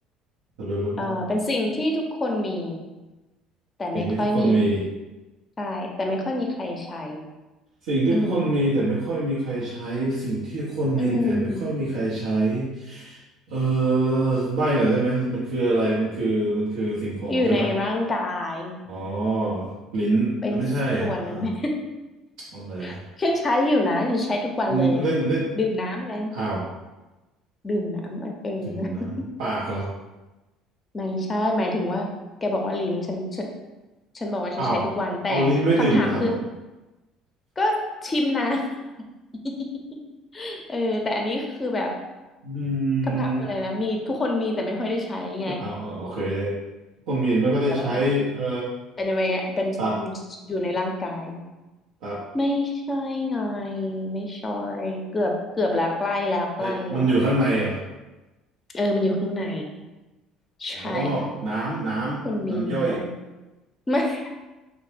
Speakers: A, on the right; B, on the left.
A: ลองลองลองลอง
B: เอ่อเป็นสิ่งที่ทุกคนมีแต่ไม่ค่อยมี
A: สิ่งที่ทุกคนมี
B: ใช่แต่ไม่ค่อยมีใครใช้
A: สิ่งที่คนมีแต่ไม่ค่อยมีใครใช้สิ่งที่คนมีแต่ไม่ค่อยมีใครใช้
B: อืมอืม
A: เออใบ้หน่อยได้ไหมมันคืออะไรมันคือมันคือสิ่งของใช่ป่ะ
B: อยู่ในร่างกาย
A: อ๋อลิ้นเอ้ยไม่ใช่เอ่อ
B: เป็นส่วนหนึ่ง <laughs> ไหม
A: อะไรอ่ะ
B: <laughs> ฉันใช้อยู่นะ ฉันใช้ทุกวันเลย
A: มันเล่นเล่น
B: ดื่มน้ำไง
A: อ้าว
B: ดื่มน้ำไงเออ
A: ดื่มน้ำปากเหรอ
B: ไม่ใช่หมายถึงว่าแกบอกว่าลิ้นฉันฉันฉันบอกว่าฉันใช้ทุกวัน
A: อ้าว
B: แต่คำถามคือ
A: เอาลิ้นไม่ดื่มน้ำเหรอ
B: ก็ชิมน้ำ <laughs> เออแต่อันนี้คือแบบ
A: อื
B: คำถามคืออะไรนะมีทุกคนมีแต่ไม่ค่อยได้ใช้ไง
A: มเอ้าวอ้าวโอเคคนมีแต่ไม่ค่อยได้ใช้เอ่อ
B: แต่ว่ามัน anyway เป็นอะไรเเป็นอยู่ในร่างกาย
A: ตับตับ
B: ไม่ใช่ไงไม่ใช่เกือบเกือบแล้วใกล้แล้วใกล้แล้ว
A: เอ้ยมันอยู่ข้างในเหรอ
B: เออมันอยู่ข้างในใช่
A: อ๋อน้ำ น้ำ
B: ทุกคนมีแต่ไม่
A: น้ำย่อย
B: ไม่ <laughs>